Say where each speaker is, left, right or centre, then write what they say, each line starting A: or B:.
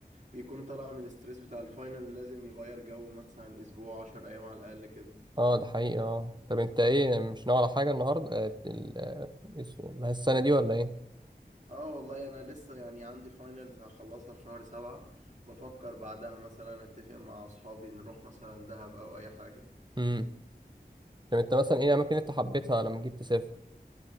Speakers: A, on the right; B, on the right.
A: بيكون طالع من الاسترس بتاع الفاينل لازم يغير جو مثلا اسبوع عشر ايام على الاقل كده
B: اه ده حقيقي اه طب انت ايه مش ناوي على حاجه النهارده آه، ال- آه، الس- السنه دي ولا ايه
A: اه والله انا لسه يعني عندي فاينلز هخلصها في شهر سبعة بفكر بعدها مثلا اتفق مع اصحابي نروح مثلا دهب او اي حاجه
B: امم طب انت مثلا ايه الاماكن اللي انت حبيتها لما جيت تسافر